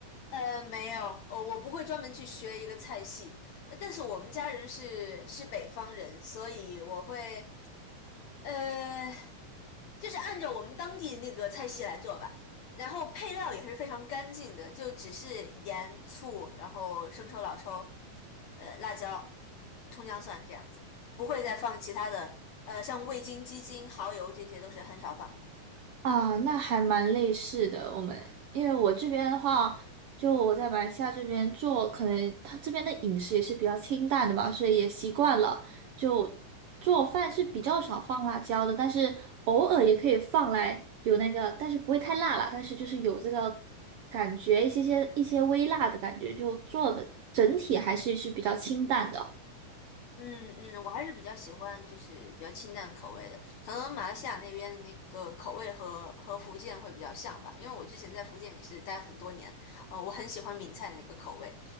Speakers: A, on the left; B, on the right.
A: 呃，没有，哦，我不会专门去学一个菜系，呃但是我们家人是是北方人，所以我会。呃，就是按照我们当地那个菜系来做吧，然后配料也是非常干净的，就只是盐、醋，然后生抽、老抽，呃，辣椒、葱姜蒜这样子，不会再放其他的，呃，像味精、鸡精、蚝油这些都是很少放。
B: 啊，那还蛮类似的。我们因为我这边的话，就我在马来西亚这边做，可能他这边的饮食也是比较清淡的吧，所以也习惯了。就做饭是比较少放辣椒的，但是偶尔也可以放来有那个，但是不会太辣啦，但是就是有这个感觉，一些些一些微辣的感觉，就做的整体还是是比较清淡的。
A: 嗯嗯，我还是比较喜欢就是比较清淡口味的，可能马来西亚那边的那个口味和和福建会比较像吧，因为我之前在福建也是待了很多年，呃，我很喜欢闽菜那个口味。